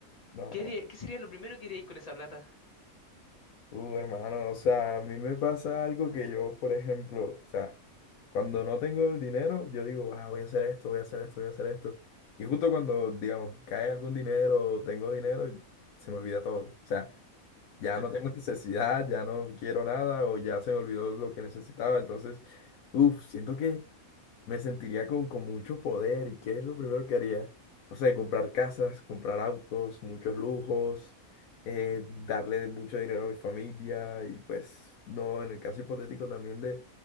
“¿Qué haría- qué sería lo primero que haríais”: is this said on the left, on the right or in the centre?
Left